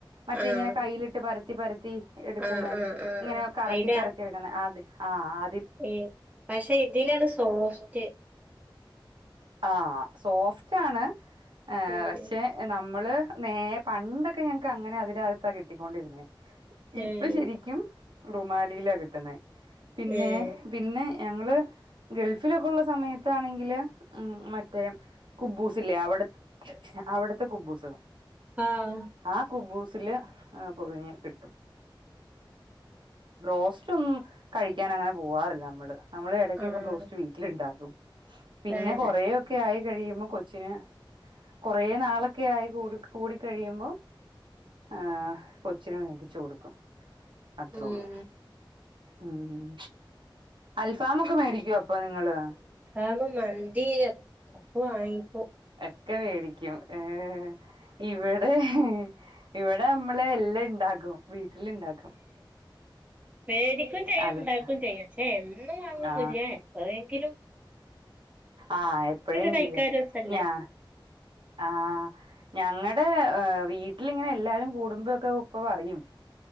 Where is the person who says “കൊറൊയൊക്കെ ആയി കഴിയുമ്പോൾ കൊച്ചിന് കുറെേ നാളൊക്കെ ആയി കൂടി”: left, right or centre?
Right